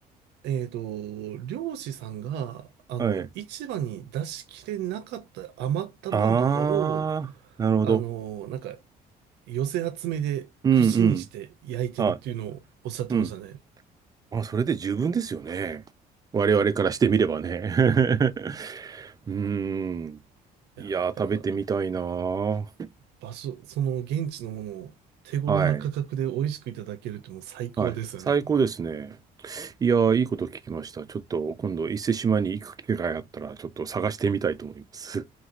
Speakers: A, on the right (about 80°); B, on the right (about 20°).
A: えっと、漁師さんが、あの、
B: はい。
A: 市場に出しきれなかった余った分とかを、
B: ああ、なるほど。
A: あの、なんか、寄せ集めで串にして焼いてるっていうのをおっしゃってましたね。
B: うんうん。あ、うん。あ、それで十分ですよね。我々からしてみればね。<laughs> うーん。いやー、
A: いや、やっぱ、
B: 食べてみたいなー。
A: 場所、その現地のものを手頃な価格で美味しくいただけるってもう最高ですよね。
B: はい。はい。最高ですね。いやー、いいこと聞きました。ちょっと今度、伊勢志摩に行く機会があったら、ちょっと探してみたいと思います。